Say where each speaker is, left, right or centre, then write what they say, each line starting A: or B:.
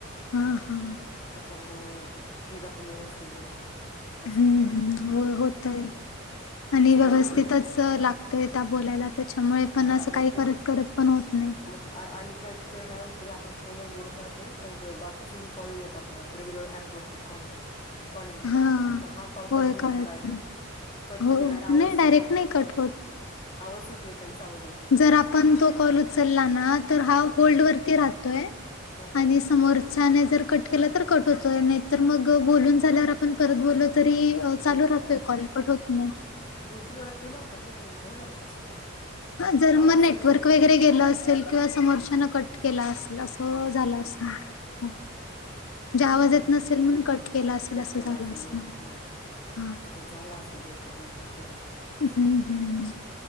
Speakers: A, on the left; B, on the left.
A: हा हा
B: त्याच्यामुळ तिला पण वेळ असतय बोलायला असं
A: हम्म
B: होऊन जातं
A: हम्म हो, होतय आणि
B: तसं
A: व्यवस्थितच
B: कसं आम
A: लागतय त्या बोलायला त्याच्यामुळे पण
B: हां
A: असं
B: मग
A: काही
B: ते
A: करत करत पण होत नाही
B: मग आणि किती वेळा काय होतय आपण फोनवर बोलत राहतोय आणि बाकीच इन कॉल येऊन होतात आपल्या रेग्युलर ॲपवर कॉलच्या, कॉलिंगच्या
A: हा
B: मग हा कॉल
A: होय
B: कट होऊन
A: कळत
B: जातो डायरेक्ट
A: नाही
B: कट
A: हो
B: म्हणजे डायरेक्ट आवाज
A: डायरेक्ट
B: येत नाही
A: कट होत.
B: आवाज येत नाही काहीच आवाज येत नाही.
A: तर आपण जो कॉल उचलला ना तर हा होल्ड वरती राहतोय
B: हां हां
A: आणि
B: हां
A: समोरच्याने जर कट कट केला तर कट होतोय नाही तर मग बोलून झाल्यावर आपण परत बोललो तरी चालू
B: येतोय
A: राहतोय
B: का आवाज
A: कॉल कट होत नाही.
B: दोन -तीन वेळा केला होता पण नाही झालं तसं
A: जर
B: आवाज
A: मग नेटवर्क
B: यायचा नाही
A: वगैरे गेलं असेल किंवा समोरच्यान कट केला असेल.
B: कट
A: अस झालं
B: केला असेल बहुतेक
A: असणार.
B: हम्म.
A: म्हणजे आवाज
B: काय माहिती
A: येत नसेल म्हणून कट केला असेल
B: कट
A: असं
B: केला
A: झालं
B: असेल
A: असणार
B: बहुतेक मे बी
A: हा.
B: तसंच झाल असेल बहुतेक मला वाटतंय तसंच झालं. असेल
A: हम्म हम्